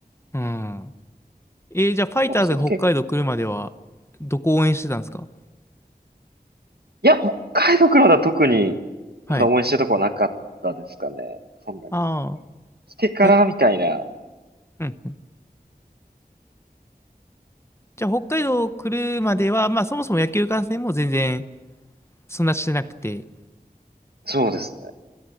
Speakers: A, on the left; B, on the right.
A: うん。えーじゃあファイターズが北海道来るまでは、
B: まあそれと結
A: どこ応援してたんですか
B: いや、北海道からだ特に、
A: はい
B: 特段応援してるとこはなかったですかね。そんなに。
A: ああ、
B: 来てからみたいな。
A: え、うんうん。じゃあ、北海道来るまでは、まあ、そもそも野球観戦も全然、そんなしてなくて。
B: そうですね。